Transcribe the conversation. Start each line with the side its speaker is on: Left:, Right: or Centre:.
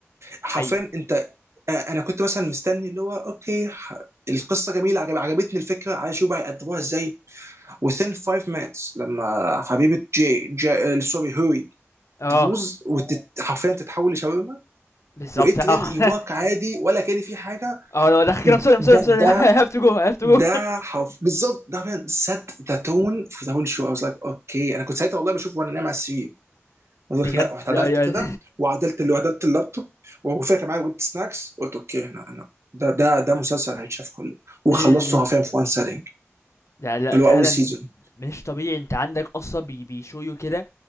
Right: حرفيا
Left: حقيقي
Right: انت آه انا كنت مثلا مستني اللي هو اوكي ح- القصه جميله عجب عجبتني الفكره عايز اشوف بقى يقدموها ازاي within 5 minutes لما حبيبه جي, جي آه، سوري هوري
Left: اه
Right: تبوظ وحرفيا تتحول لشاورما
Left: بالظبط
Right: وايت رين
Left: اه
Right: يواك
Left: <laughs>
Right: عادي ولا كان في حاجه
Left: اه لو دخل كده I'm sorry I'm
Right: ده
Left: sorry I'm sorry
Right: ده
Left: <laughs> I have to go I have to
Right: ده
Left: go
Right: حرف بالظبط ده فعلا set the tone for the whole show I was like اوكي انا كنت ساعتها والله بشوف وانا نايم على السرير I was
Left: بجد
Right: like لا رحت عدلت
Left: <laughs> ايوه
Right: كده وعدلت اللي عدلت اللابتوب وفاكر كان معايا ويت سناكس قلت اوكي هنا انا ده ده ده مسلسل هيتشاف كله وخلصته
Left: امم.
Right: حرفيا في وان سيتنج
Left: لا لا
Right: اللي
Left: فعلا
Right: هو اول سيزون
Left: مش طبيعي انت عندك اصلا بي بيشويو كده